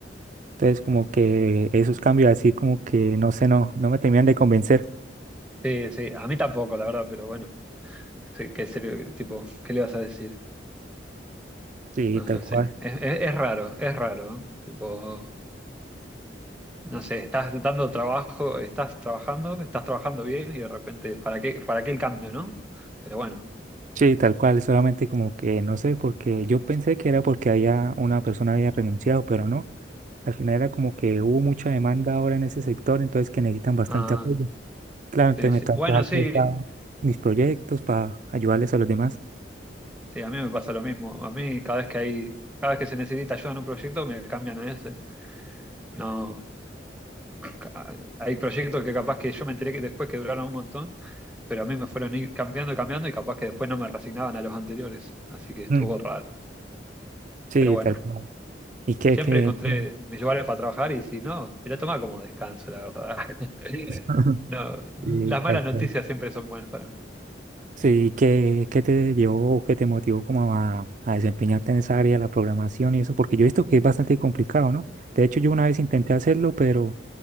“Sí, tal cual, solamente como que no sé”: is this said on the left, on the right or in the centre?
Right